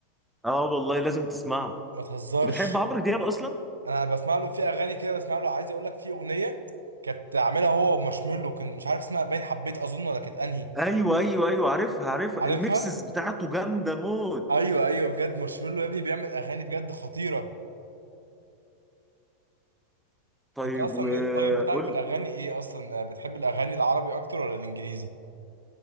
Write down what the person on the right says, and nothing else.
ما تهزرش
انا بسمع له في اغاني كده بسمع له عايز اقول لك في اغنيه كانت عاملها هو ومارشميلو كنت مش عارف اسمها باين حبيت اظن ولا كانت انهي
عارفها
ايوه ايوه بجد مارشميلو يا ابني بيعمل اغاني بجد خطيره
انت اصلا
الطريق بتاعك في الاغاني ايه اصلا بتحب الاغاني العربي اكتر ولا الانجليزي